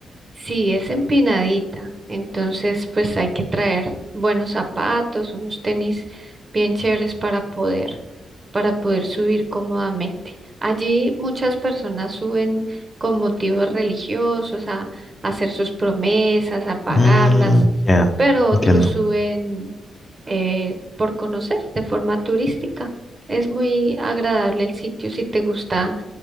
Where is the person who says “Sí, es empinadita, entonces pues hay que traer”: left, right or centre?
Right